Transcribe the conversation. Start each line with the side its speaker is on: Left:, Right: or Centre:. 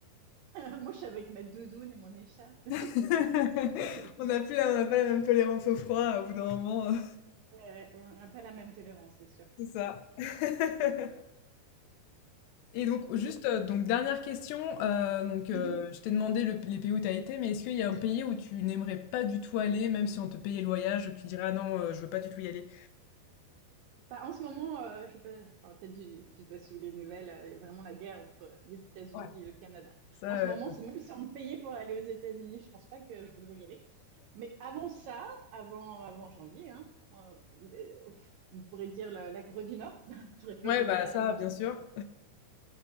Right: euh <laughs> Moi, je suis avec ma doudoune et mon écharpe.
Left: <laughs>
Right: <laughs>
Left: On n'a plus la on n'a pas la même tolérance au froid au bout d'un moment, heu,
Right: Ouais, on n'a pas la même tolérance, c'est sûr.
Left: c'est ça. <laughs> Et donc, juste,
Right: Ok.
Left: euh, donc dernière question. euh, donc, euh,
Right: Mhm.
Left: je t'ai demandé le- les pays où tu as été, mais est-ce qu'il y a un pays où tu n'aimerais pas du tout aller, même si on te payait le voyage, tu dirais, ah non, euh, je veux pas du tout y aller.
Right: Bah, en ce moment, euh, je sais pas, enfin, t'as dû- tu dois suivre les nouvelles, euh, il y a vraiment la guerre entre les États-Unis
Left: Ouais.
Right: et le Canada.
Left: Ça,
Right: En ce
Left: euh,
Right: moment, c'est même si on me payait pour aller aux États-Unis, je pense pas que je voudrais y aller. Mais avant ça, avant, avant janvier, hein, euh, euh, on pourrait dire la, la Corée du Nord, <laughs> j'aurais peur
Left: ouais,
Right: de
Left: bah
Right: me faire
Left: ça,
Right: euh,
Left: bien sûr.